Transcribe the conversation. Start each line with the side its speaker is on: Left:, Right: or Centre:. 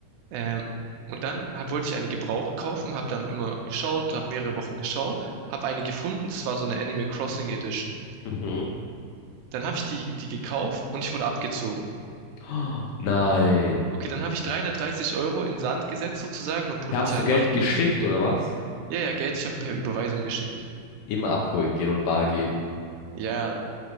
Right: Ähm, und dann hab, wollte ich eine Gebrauch kaufen, habe dann immer geschaut, habe mehrere Wochen geschaut, habe eine gefunden, das war so eine Animal Crossing Edition.
Left: Mhm. <gasps>
Right: Dann habe ich die, die gekauft und ich wurde abgezogen.
Left: Oh, nein.
Right: Okay, dann habe ich 330 Euro in Sand gesetzt sozusagen und Polizei
Left: Hast du Geld
Right: macht
Left: geschickt
Right: nichts.
Left: oder was?
Right: Ja, ja, Geld, ich habe per Überweisung geschickt.
Left: Immer abholen gehen und bar geben.
Right: Ja,